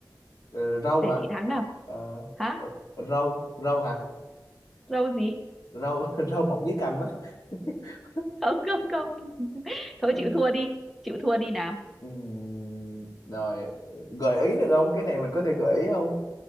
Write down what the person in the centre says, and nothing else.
để
chị thắng nào
hả
lâu gì
<laughs> không không không <laughs> thôi
chịu thua đi chịu thua đi nào